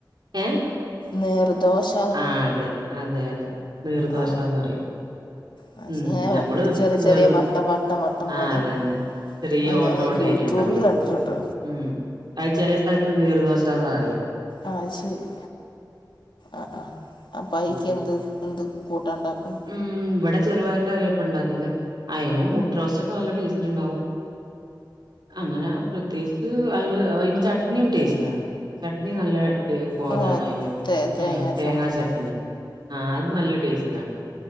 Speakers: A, on the right; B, on the left.
A: ഏഹ്
B: നീർദോഷ്
A: ആഹ് അതെ അതെ അതെ നീർദോഷന്ന്
B: ആ
A: പറയും
B: പക്ഷേ
A: ഉം
B: ഇങ്ങനെ
A: ഞമ്മള്
B: ചെറിയ
A: വെറും
B: ചെറിയ വട്ടം വട്ടം വട്ടം
A: ആഹ്
B: പോലെ
A: അതന്നെ ചെറിയ
B: ആ
A: ഓട്ട
B: ഞാൻ
A: ഓട്ടയിട്ട്ണ്ടാവും
B: യൂട്യൂബിൽ കണ്ടിട്ടുണ്ട്
A: ഉം അത് ചെലേ സ്ഥലത്ത് നീർദോഷാന്നറിയ
B: ആഹ് ശെരി ആഹ് ആഹ് അപ്പയ്ക്കെന്ത്
A: ഉം
B: എന്ത് കൂട്ടാണ്ടാക്കും
A: ഉം ഇവിടെ ചെറുപയർന്റെ കറിയപ്പ ണ്ടാക്കുന്നത് അയ്ന് മുട്ട റോസ്‌റ്റോക്കെ നല്ല ടേസ്റ്റ് ഇണ്ടാവും അങ്ങനാ പ്രത്യേകിച്ച് അയി അയിന് ചട്നിയും ടേസ്റ്റ് ആണ് ചട്നി നല്ല ടേ കോതണയിന്
B: നമ്മൾ തേ തേങ്ങ
A: ആഹ് തേങ്ങാ
B: ചമ്മന്തി
A: ചട്നി ആഹ് അത് നല്ല ടേസ്റ്റണ്